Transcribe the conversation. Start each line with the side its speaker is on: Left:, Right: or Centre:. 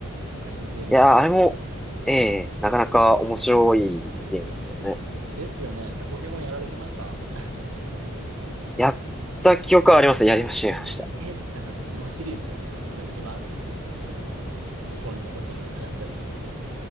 Right: 昔のゲーム機。
Centre: いやー、あれも、ええ、なかなか面白いゲームですよね。
Right: ですよね。え、ポケモンやられてました
Centre: やった記憶はあります。やりました、やりました。
Right: <laughs> え、なんかどのシリーズですかその一番、あの、心に残ってるとかやってたのは。